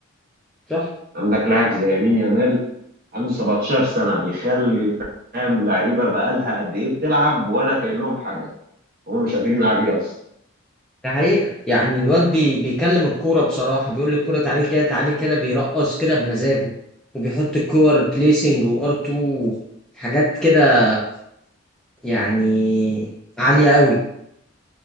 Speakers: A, in the centre; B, on the right.
A: صح
B: عندك لاعب زي يمين يامال عنده 17 سنه بيخلي فاهم لعيبه بقالها قد ايه بتلعب ولا كانهم حاجه هم مش قادرين عليه اصلا
A: ده حقيقة يعني الواد بي بيكلم الكورة بصراحة بيقول الكورة تعالي كده تعالي كده بيرقص كده بمزاجه وبيحط الكور بليسنج وار 2 حاجات كده يعني عالية قوي